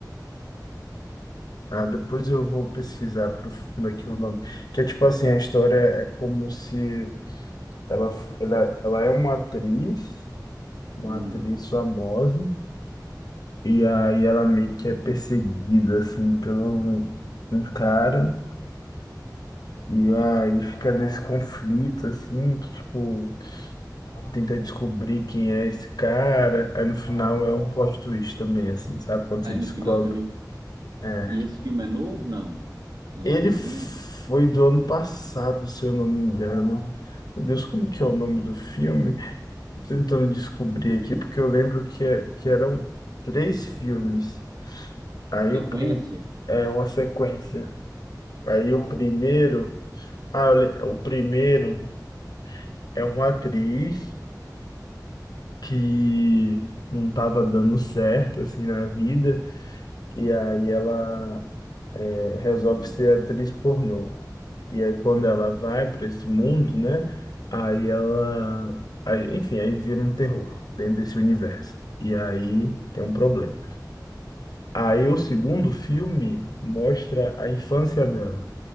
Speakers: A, on the left; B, on the right.
A: Ah, depois eu vou pesquisar pro fundo aqui o nome. Que é tipo assim, a história é como se ela, ela, ela é uma atriz, uma
B: hum.
A: atriz famosa, e aí ela meio que é perseguida assim pelo um um cara. E aí fica nesse conflito, assim, que, tipo, tenta descobrir quem é esse cara. Aí no final é um plot twist também, assim, sabe? Quando
B: Aí
A: você descobre.
B: no final também.
A: É.
B: E esse filme é novo, não? Lançamento?
A: Ele foi do ano passado, se eu não me engano. Meu Deus, como que é o nome do filme? Tô tentando descobrir aqui, porque eu lembro que, é- que eram três filmes. Aí
B: Sequência?
A: o prim... é uma sequência. Aí o primeiro. Ah, eu le- o primeiro é uma atriz. que não estava dando certo assim na vida e aí ela é, resolve
B: Hum,
A: ser atriz pornô e aí quando ela vai para esse mundo né aí ela aí, enfim aí vira um terror dentro desse universo e aí tem um problema aí o segundo filme mostra a infância dela